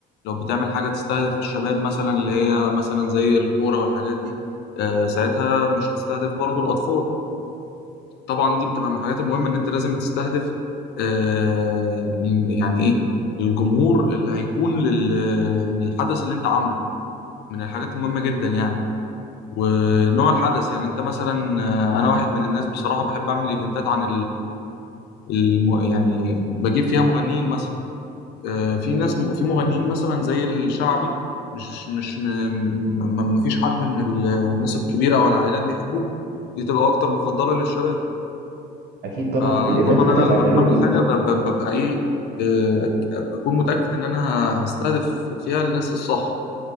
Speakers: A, on the left; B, on the right.
A: لو بتعمل حاجة تستهدف الشباب مثلا اللي هي مثلا زي الكورة والحاجات دي آه، ساعتها مش هتستهدف برضو الأطفال طبعا دي بتبقى من الحاجات المهمة إن أنت لازم تستهدف آه، ال- يعني إيه الجمهور اللي هيكون لل- للحدث اللي أنت عامله من الحاجات المهمة جدا يعني ونوع الحدث يعني أنت مثلا آه، أنا واحد من الناس بصراحة بحب أعمل إيفنتات عن الم... يعني بجيب فيها مغنيين مثلا آه،
B: مم.
A: في ناس م... في مغنيين مثلا زي الشعبي مش مش م... ما ما فيش حد من ال- الناس الكبيرة أو العائلات بيحبوها دي تبقى أكتر مفضلة للشباب
B: اكيد طبعا
A: فطبعا
B: الايفنت اللي انت
A: أنا
B: هتعمله
A: لما بعمل حاجة ب... ب... ببقى إيه آه، أكون متأكد إن أنا هستهدف فيها الناس الصح